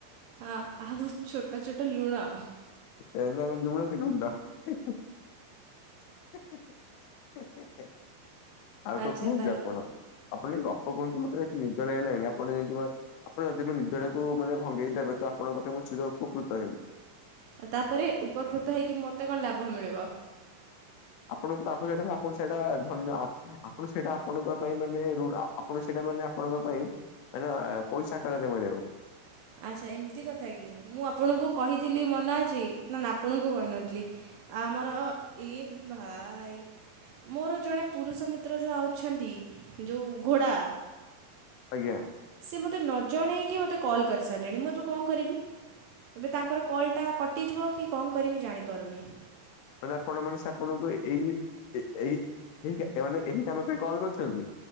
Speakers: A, on the right; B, on the left.
A: ହ ଆଉ ଛୋଟ ଛୋଟ ଲୁଣ।
B: <unintelligible> ଆଉ କଣ କୁହନ୍ତୁ ଆପଣ?
A: ଆଚ୍ଛା ତାହେଲେ
B: ଆପଣ କିଛି ଗପ କୁହନ୍ତୁ ମତେ ଭାରି ନିଦ ଲାଗିଲାଣି ଆପଣ ଯେମିତି ଆପଣ ଯଦି ନିଦଟାକୁ ମାନେ ଭଙ୍ଗେଇ ଦେବେତ ଆପଣଙ୍କ ପାଖରେ ମୁଁ ଚିର ଉପକୃତ ହେବି।
A: ଆଉ ତାପରେ ଉପକୃତ ହେଇକି ମୋତେ କଣ ଲାଭ ମିଳିବ?
B: ଆପଣଙ୍କ ତାପ ସେଟା ଆପଣ ସେଇଟା ଧନ୍ୟ ଆପଣ ସେଇଟା ଆପଣଙ୍କ ପାଇଁ ମାନେ ଋଣ ଆପଣ ସେଇଟା ମାନେ ଆପଣଙ୍କ ପାଇଁ ମାନେ ପଇସା ଆକାରରେ ମିଳିବ।
A: ଆଚ୍ଛା ଏମିତି କଥାକି ମୁଁ ଆପଣଙ୍କୁ କହିଥିଲି ମନେ ଅଛି ନା ନା ଆପଣଙ୍କୁ କହିନଥିଲି ଆମର ଇ ଭାଇ ମୋର ଜଣେ ପୁରୁଷ ମିତ୍ର ଯୋଉ ଅଛନ୍ତି ଯୋଉ ଘୋଡ଼ା
B: ଆଜ୍ଞା।
A: ସେ ମୋତେ ନଜଣେଇକି ମୋତେ କଲ୍ କରିସାରିଲେଣି ମୁଁ ଏବେ କଣ କରିବି? ଏବେ ତାଙ୍କର କଲ୍ଟା କଟିଯିବ କିକଣ କରିବି ଜାଣିପାରୁନି?
B: ମାନେ ଆପଣ ମାନେ ସେ ଆପଣଙ୍କୁ ଏଇ ଏଇ ମାନେ ଏଇ କାମ ପାଇଁ କଲ୍ କରିଚନ୍ତି?